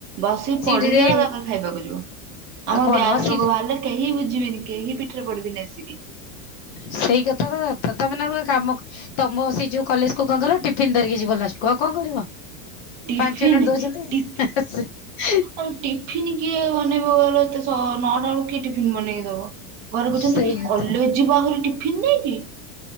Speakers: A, on the right; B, on the left.
A: ବସି
B: ସିଡିରେ
A: ପଢି ସାର ତାପରେ ଖାଇବାକୁ ଯିବ ଆମର
B: ଆଉ କଣ
A: ଗ୍ୟାସ
B: ମ ସିଡି
A: ରୋଗ ବାହାରିଲେ କେହି ବୁଝିବେନି କେହି ପିଠରେ ପଡିବନି ଆସିକି
B: ସେଇ କଥା ତ ତମେ ନ କାମ ତମ ସେଇ ଯୋଉ କଲେଜ କୁ କଣ କଲ ଟିଫିିନ ଧରିକି ଯିବ ଲାଷ୍ଟ କ କଣ କରିବ
A: ଟିଫିନ
B: ପାଞ୍ଚ ମିନିଟ୍ ଦଉଛନ୍ତି
A: ଟିଫି ଆଉ ଟିଫନ୍ କିଏ ବନେଇବକୁ ଗଲେ ଏେ ନଅଟା ବେଳ କିଏ ଟିଫନ୍ ବନେଇକି ଦବ ଘରେ କହୁଛନ୍ତି
B: ସେଇ କଥା।
A: କଲେଜ ଯିବ ଆଗରେ ଟିଫିନ ନେଇାଇକି